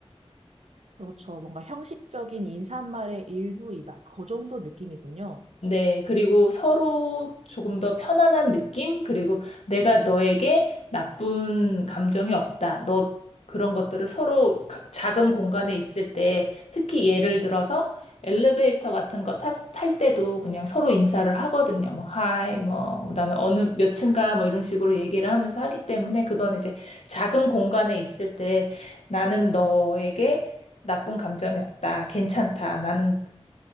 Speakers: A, on the right; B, on the left.
A: 그렇죠. 뭔가 형식적인 인사말의 일부이다. 그 정도 느낌이군요.
B: 네, 그리고 서로 조금 더 편안한 느낌? 그리고 내가 너에게 나쁜 감정이 없다. 너 그런 것들을 서로 가- 작은 공간에 있을 때, 특히 예를 들어서 엘리베이터 같은 거 탔- 탈 때도 그냥 서로 인사를 하거든요. 뭐, 하이, 뭐, 그다음에 어느 몇 층가 뭐 이런 식으로 얘기를 하면서 하기 때문에 그건 이제 작은 공간에 있을 때 나는 너에게 나쁜 감정이 없다. 괜찮다. 나는